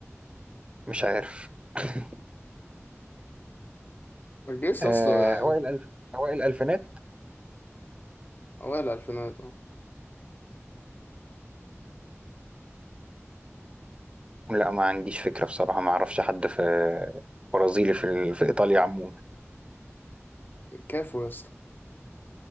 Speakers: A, on the right; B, on the left.
A: مش عارف <laughs>
B: الجيس
A: آه
B: اصلا
A: أوائل
B: يعني
A: الألف أوائل الألفينات
B: اوائل الالفينات اه
A: لا ما عنديش فكرة بصراحة ما اعرفش حد في برازيلي في ال... في ايطاليا عموما
B: كافو يا اسطى